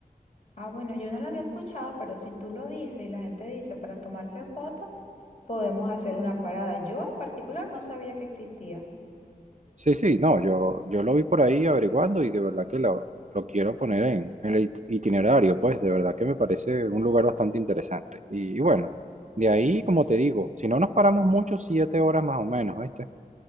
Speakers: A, on the left; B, on the right.
A: Ah, bueno, yo no la había escuchado, pero si tú lo dices y la gente dice para tomarse fotos, Podemos hacer una parada. Yo en particular no sabía que existía.
B: Sí, sí, no, yo, yo lo vi por ahí averiguando y de verdad que lo, lo quiero poner en, en el it- itinerario, pues de verdad que me parece un lugar bastante interesante. Y, y bueno, de ahí, como te digo, si no nos paramos mucho, siete horas más o menos, ¿viste?